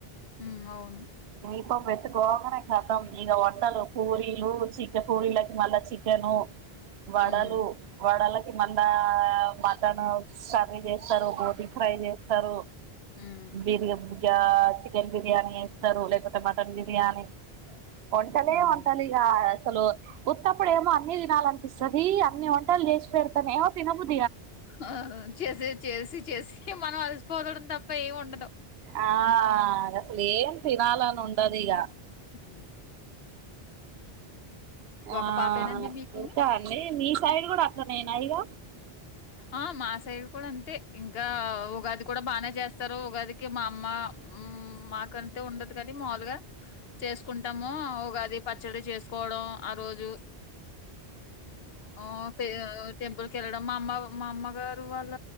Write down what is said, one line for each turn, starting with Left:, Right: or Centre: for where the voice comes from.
Left: ఉ అవును
Right: దీపం పెట్టుకొంగనే కతం ఇగ వంటలు పూరీలు చికె పూరీకి మళ్ళా చికెను వడలు
Left: హ్మ్
Right: మళ్ళ వడలక్ కి మళ్ళ మటన్ కర్రీ చేస్తారు బోటి ఫ్రై చేస్తారు
Left: హ్మ్
Right: మీర్ చెప్ ఇగ చికెన్ బిర్యానీ చేస్తారు లేపోతే మటన్ బిర్యానీ వంటలే
Left: హ్మ్.
Right: వం అసలు ఉత్తప్పుడేమో అన్ని తినాలనిపిస్తది అన్ని వంటలు చేసి పెడతనేమో తినబుద్
Left: ఆ చేసే చేసి చేసి మనం అలసిపోదడం తప్ప ఏమి ఉండదు
Right: ఆ అది అసలు ఏం తినాలని ఉండదు ఇగ
Left: హ్
Right: ఆ
Left: ఒక పాపేనండి మీకు?
Right: ఇంకా అండి మీ సైడ్ కూడా అట్లానేనా ఇగ
Left: ఆ మా సైడ్ కూడా అంతే ఇంకా ఉగాది కూడా బానే చేస్తారు ఉగాదికి మా మ్మా మాకంటే ఉండదు కానీ మాములుగా చేసుకుంటాము ఉగాది పచ్చడి చేసుకోవడం ఆ రోజు ఆ పే టెంపుల్ కెళ్ళడం మా అమ్మ మా అమ్మగారు వాళ్ళ